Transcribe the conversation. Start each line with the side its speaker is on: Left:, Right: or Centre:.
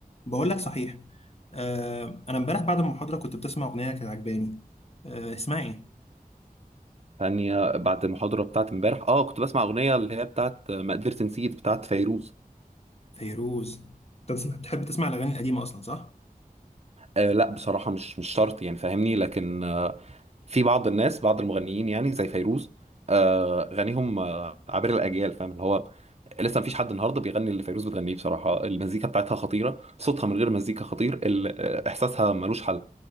Left: بقول لك صحيح آه انا امبارح بعد المحاضره كنت بتسمع اغنيه كانت عجباني آه اسمها ايه
Right: ثانية بعد المحاضرة بتاعت امبارح اه كنت بسمع أغنية اللي هي بتاعت آه، ما قدرت نسيت بتاعت فيروز
Left: فيروز انت بتسمع- بتحب تسمع الاغاني القديمه اصلا صح
Right: آه لا بصراحة مش مش شرط يعني فاهمني لكن آه في بعض الناس بعض المغنيين يعني زي فيروز آه غنيهم آه عبر الأجيال فاهم اللي هو لسه مفيش حد النهارده بيغني اللي فيروز بتغنيه بصراحة المزيكا بتاعتها خطيرة صوتها من غير مزيكا خطير ال- آه، إحساسها ملوش حل